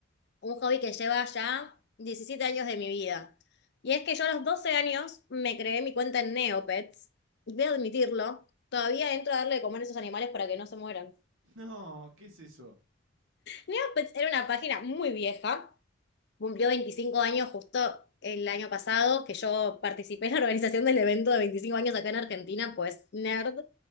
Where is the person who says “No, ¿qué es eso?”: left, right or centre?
Right